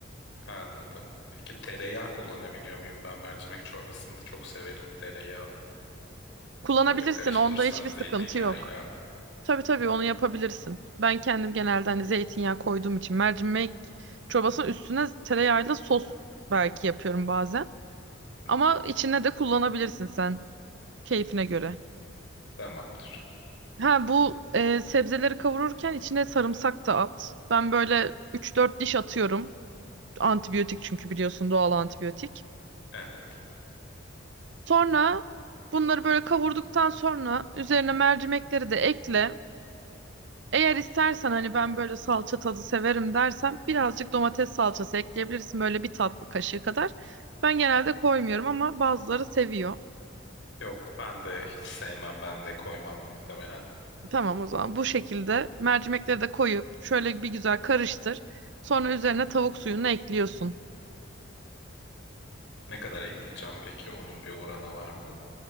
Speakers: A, on the left; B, on the right.
A: Anladım. Peki tereyağı kullanabiliyor muyum? Ben mercimek çorbasında çok severim tereyağı.
B: Kullanabilirsin
A: Böyle karıştırsam
B: onda hiçbir
A: zeytinyağıyla.
B: sıkıntı yok. Tabii tabii onu yapabilirsin. Ben kendim genelde hani zeytinyağı koyduğum için mercimek çorbasının üstüne tereyağıyla sos belki yapıyorum bazen.
A: Hı
B: Ama
A: hı.
B: içine de kullanabilirsin sen keyfine göre.
A: Tamamdır.
B: Ha bu e, sebzeleri kavururken içine sarımsak da at. Ben böyle 3-4 diş atıyorum. Antibiyotik çünkü biliyorsun doğal antibiyotik.
A: Evet.
B: Sonra bunları böyle kavurduktan sonra üzerine mercimekleri de ekle. Eğer istersen hani ben böyle salça tadı severim dersen birazcık domates salçası ekleyebilirsin böyle bir tatlı kaşığı kadar. Ben genelde koymuyorum ama bazıları seviyor.
A: Yok ben de hiç sevmem ben de koymam muhtemelen.
B: Tamam o zaman bu şekilde mercimekleri de koyup şöyle bir güzel karıştır. Sonra üzerine tavuk suyunu ekliyorsun.
A: Ne kadar ekleyeceğim peki? Onun bir oranı var mı?